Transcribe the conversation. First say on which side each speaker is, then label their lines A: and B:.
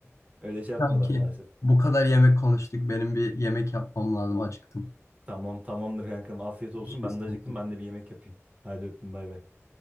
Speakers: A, on the right; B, on the left.
A: Öyle şey yapmıyorlar
B: Kanki
A: maalesef.
B: bu kadar yemek konuştuk. Benim bir yemek yapmam lazım. Acıktım.
A: Tamam tamamdır kankam. Afiyet olsun.
B: Görüşürüz
A: Ben de acıktım.
B: kanki.
A: Ben de bir yemek yapayım. Hadi öptüm bay bay.